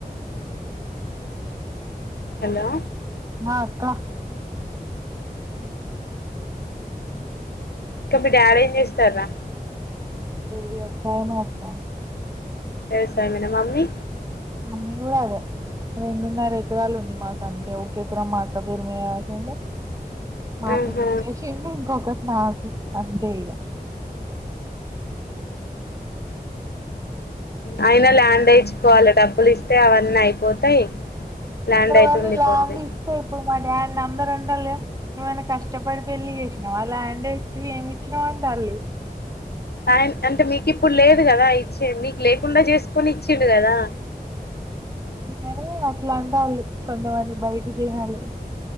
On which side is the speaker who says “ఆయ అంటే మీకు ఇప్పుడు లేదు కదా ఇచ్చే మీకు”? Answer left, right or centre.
Left